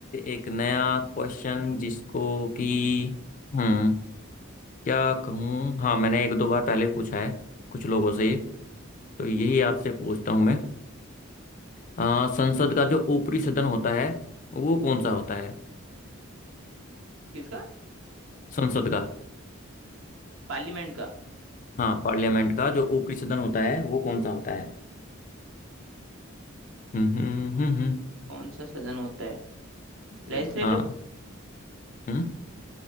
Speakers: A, on the left; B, on the right.
A: एक नया क्वेश्चन जिसको कि हम्म क्या कहूँ हाँ मैंने एक दो बार पहले भी पूछा है कुछ लोगों से ये तो यही आपसे पूछता हूँ मैं अ, संसद का जो ऊपरी सदन होता है वो कौन सा होता है
B: किसका
A: संसद का
B: पार्लियामेंट का
A: हाँ पार्लियामेंट का जो ऊपरी सदन होता है वो कौन सा होता है हम्म हम्म हम्म हम्म,
B: कौन सा सदन होता है लेजिस्लेटिव
A: जी, हाँ हम्म